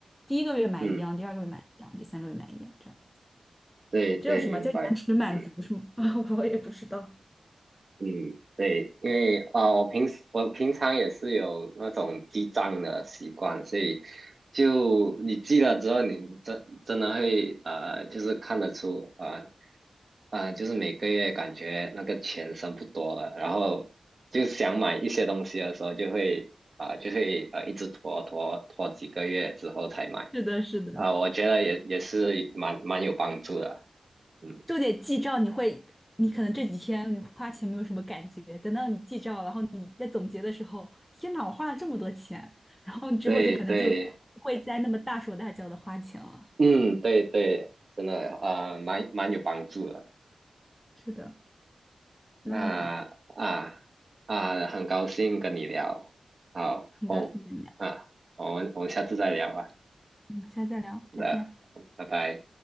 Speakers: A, in the centre; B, on the right.
A: 第一个月买一样，
B: 嗯
A: 第二个月买一样，第三个月买一样，这样。
B: 对对明白，
A: 这叫什么叫延迟满足是吗？
B: 嗯。
A: <laughs> 啊，我也不知道。
B: 嗯，对，因为啊，呃我平时我平常也是有那种记账的习惯，所以就你记了之后，你真真的会呃，就是看得出啊啊、呃就是每个月感觉那个钱剩不多了，然后就想买一些东西的时候，就会啊、就会呃一直拖拖拖几个月之后才买
A: 是的，是的，
B: 啊、我觉得也也是蛮蛮有帮助的，嗯，
A: 就得记账。你会，你可能这几天你花钱没有什么感觉，等到你记账，然后你在总结的时候，天哪，我花了这么多钱，然后你之后就可能就不会再那么大手大脚的花钱了。
B: 对对。嗯，对对，真的啊，呃蛮蛮有帮助的。
A: 是的，
B: 那啊
A: 那
B: 啊，很高兴跟你聊，好哦啊，
A: 很高兴跟你聊，
B: 我们我们下次再聊吧。
A: 我们下次再聊，
B: 那，
A: 再见。
B: 拜拜。